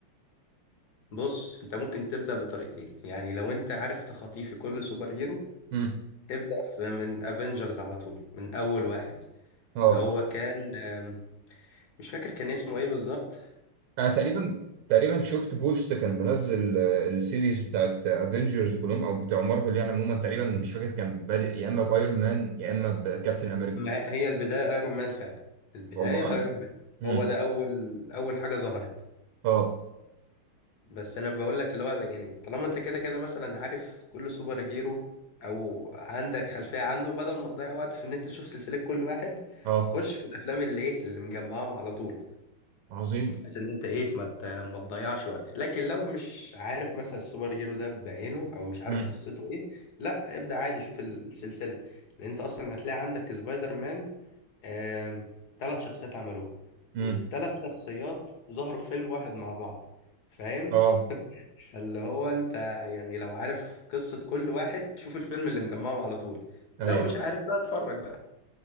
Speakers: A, on the left; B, on the right.
A: بص انت ممكن تبدا بطريقتين يعني لو انت عارف تخاطيف كل سوبر هيرو
B: امم
A: ابدا في من افنجرز على طول من اول واحد
B: اه
A: اللي هو كان آم، مش فاكر كان اسمه ايه بالظبط
B: انا تقريبا تقريبا شفت بوست كان منزل آه، السيريز بتاعت افنجرز كلهم او بتاع مارفل يعني عموما تقريبا مش فاكر كان بادئ يا اما بايرون مان يا اما بكابتن امريكا
A: ما هي البداية ايرون مان فعلا البداية
B: والله
A: ايرون مان
B: امم
A: هو ده اول اول حاجة ظهرت
B: اه
A: بس انا بقول لك اللي هو يعني طالما انت كده كده مثلا عارف كل سوبر هيرو او عندك خلفية عنه بدل ما تضيع وقت في ان انت تشوف سلسلة كل واحد
B: اه
A: خش في الافلام اللي ايه اللي مجمعاهم على طول
B: عظيم
A: بحيث ان انت ايه ما ت- ما تضيعش وقت لكن لو مش عارف مثلا السوبر هيرو ده بعينه او مش عارف
B: امم
A: قصته ايه لا ابدأ عادي شوف السلسلة لان انت اصلا هتلاقي عندك سبايدر مان آم، تلات شخصيات عملوه
B: امم
A: والتلات شخصيات ظهروا في فيلم واحد مع بعض فاهم
B: اه
A: <laughs> فاللي هو انت يعني لو عارف قصة كل واحد شوف الفيلم اللي مجمعهم على طول
B: ايوه
A: لو مش عارف لا اتفرج بقى